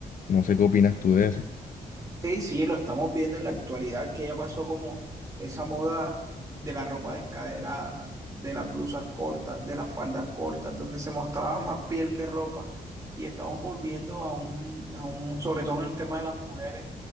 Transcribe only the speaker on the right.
Sí, sí, lo estamos viendo en la actualidad, que ya pasó como esa moda de la ropa descaderada, de las blusas cortas, de las faldas cortas, donde se mostraba más piel que ropa. Y estamos volviendo a un, a un, sobre todo en el tema de las mujeres,